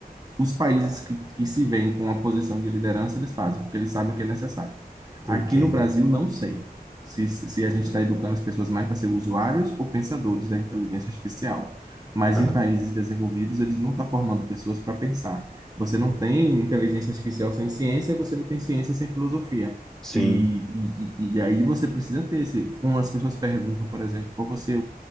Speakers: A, on the right; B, in the centre.
A: Os países que, que se veem com a posição de liderança, eles fazem, porque eles sabem que é necessário. Aqui
B: entenda,
A: no Brasil, não sei se, se se a gente está educando as pessoas mais para ser usuários ou pensadores da inteligência artificial. Mas
B: tá?
A: em países desenvolvidos, eles vão estar formando pessoas para pensar. Você não tem inteligência artificial sem ciência, você não tem ciência sem filosofia.
B: Sim,
A: E, e, e e aí você precisa ter esse. Quando as pessoas perguntam, por exemplo, qual você